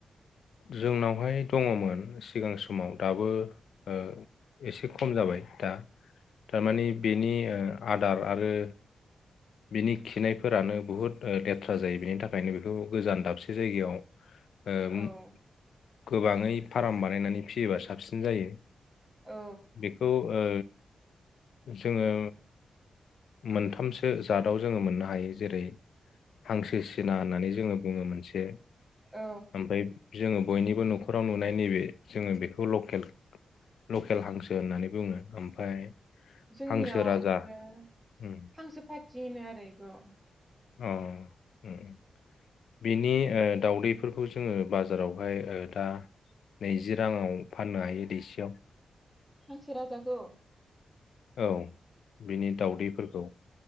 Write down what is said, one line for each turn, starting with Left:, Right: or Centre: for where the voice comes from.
Left: जोंनावहाय दङमोन सिगां समाव दाबो
Centre: औ
Left: ओ एसे खम जाबाय दा थारमाने बेनि
Centre: औ
Left: आदार आरो बिनि खिनायफोरानो बुहुत ओ लेथ्रा जायो बिनि थाखायनो बेखौ गोजान दाबसे जायगायाव
Centre: औ
Left: ओ म- गोबाङै फार्म बानायनानै फियोबा साबसिन जायो
Centre: औ
Left: बेखौ ओ जोङो मोनथामसो जादाव जोङो मोननो हायो जेरै हांसो सिना होननानै जोङो बुङो मोनसे
Centre: औ
Left: ओमफ्राय जोङो बयनिबो न'खराव नुनाय नैबे जोङो बेखौ लकेल लकेल हांसो होननानै बुङो ओमफ्राय
Centre: जोंनियाव
Left: हांसो राजा
Centre: आरो
Left: उम
Centre: हांसो फा थि होनो आरो एखौ
Left: अ उम बिनि ओ दावदैफोरखौ जोङो बाजारावहाय ओ नैजिबा जि राङाव फाननो हायो दैसेयाव
Centre: हांसो राजाखौ
Left: औ बिनि
Centre: औ
Left: दावदैफोरखो